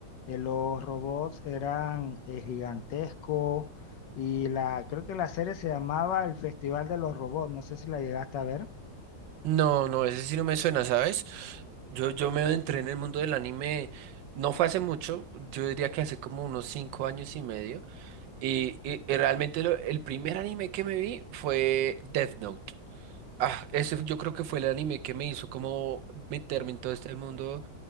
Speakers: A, on the left; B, on the right.
A: eh, los robots eran eh, gigantescos y la, creo que la serie se llamaba El Festival de los Robots, no sé si la llegaste a ver.
B: No, no, ese sí no me suena, ¿sabes? Yo, yo me entré en el mundo del anime, no fue hace mucho, yo diría que hace como unos cinco años y medio, y, y- y realmente lo- el primer anime que me vi fue Death Note. Ah, ese yo creo que fue el anime que me hizo como meterme en todo este mundo